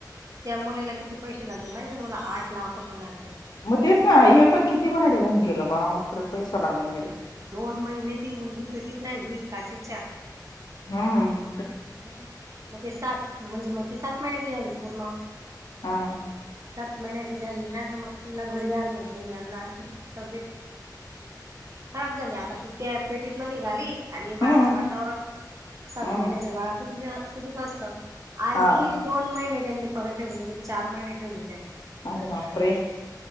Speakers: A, on the right; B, on the left.
A: त्या मुलीला किती पैसे लागले माहिती तुम्हाला, आठ लाख रुपये लागले.
B: मग तेच ना हे पण किती भाड हुन गेल बा पर पैसा लागून गेला.
A: दोन महिने ती मुलगी पेटीत राहिली काचेच्या
B: हम्.
A: हम् मग ते सात, म्हणजे म टी सात महिन्याची झाली पूर्ण
B: हां.
A: सात महिन्याची झाली ना तर मग तिला घरी आणलं, घरी आणलं आणखी तिची तब्येत खराब झाली आता ती, त्या पेटीतन निघाली आणि हे
B: हम्म
A: बाहेरचे वातावरण सात
B: हम्म
A: महिन्याच्या बाळाक किती किती क असत, आणखी
B: हा
A: दोन महिने त्यांनी परत ठेवले, म्हणजे चार महिने ठेवले त्यांनी.
B: अरे बापरे.